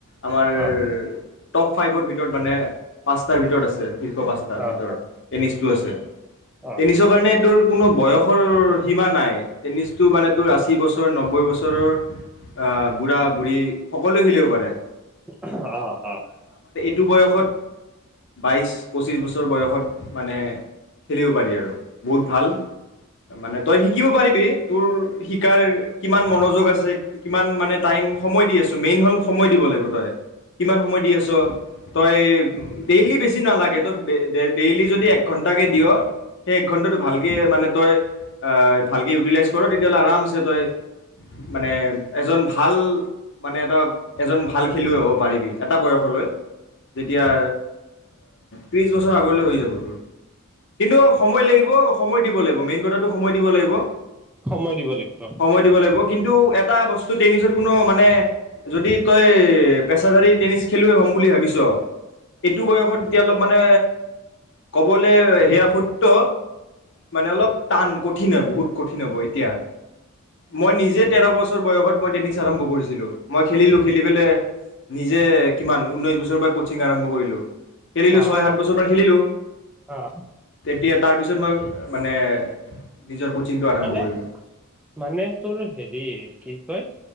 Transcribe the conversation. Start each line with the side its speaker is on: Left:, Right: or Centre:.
Left: আমাৰ
Centre: অ',
Left: টপ ফাইভৰ ভিতৰত ভিতৰত মানে পাঁচটাৰ ভিতৰত আছে শীৰ্ষ পাঁচটাৰ
Centre: অ',
Left: ভিতৰত
Centre: অ',
Left: টেনিছটো আছে
Centre: অ',
Left: টেনিছৰ কাৰণে তোৰ কোনো বয়সৰ সীমা নাই টেনিছটো মানে টো ৰাচি বস বছৰ নব্বৈ বছৰৰ আ বুঢ়া বুঢ়ী সকলোৱে খেলিব পাৰে
Centre: আহ আহ
Left: টো বয়সত বাইশ পঁচিছ বছৰ বয়সত মানে খেলিব পাৰি আৰু বহুত ভাল মানে তই শিকিব পাৰিবি তোৰ শিকাৰ কিমান মনোযোগ আছে কিমান মানে টাইম সময় দি আছোঁ মেইন হ'ল সময় দিব লাগিব তই কিমান সময় দি আছ তই ডেইলি বেছি নেলাগে ত ডে ডেইলি যদি এক ঘন্টাকে দিয় সেই এক ঘণ্টা টো ভালকে মানে তই আ ভালকে ইউটেলাইজ কৰ আৰামছে তই মানে এজন ভাল মানে এটা এজন ভাল খেলুৱৈ হ'ব পাৰিবি এটা বয়সলৈ যেতিয়া অ ত্ৰিশ বছৰ আগলৈ হৈ যাব তোৰ কিন্তু সময় লাগিব সময় দিব লাগিব মেইন কথাটো সময় দিব লাগিব
Centre: সময় দিব লাগিব
Left: সময় দিব লাগিব কিন্তু এটা বস্তু টেনিছত কোনো মানে যদি তই পেছাধাৰী টেনিছ খেলুৱে হম বুলি ভাবিছ ছ এইটো বয়সত এতিয়া অলপ মানে ক'বলৈ সেয়া সুত্ৰ মানে অলপ টান কঠিন হয় বহুত কঠিন হ'ব এতিয়া মই নিজে তেৰ বছৰ তেৰ বছৰ বয়সত মই টেনিছ আৰম্ভ কৰিছিলোঁ মই খেলিলোঁ খেলি পেলাই নিজে কিমান ঊনৈশ বছৰৰ পৰা কচিং আৰম্ভ কৰিলোঁ খেলিলো
Centre: অ',
Left: ছয়
Centre: অ',
Left: সাত বছৰ মান খেলিলো
Centre: অ',
Left: তেতিয়া তাৰ পিছত তাৰপিছত মই মানে নিজৰ কচিংটো আৰম্ভ
Centre: মানে
Left: কৰিলোঁ।
Centre: মানে তোৰ হেৰি কি কয়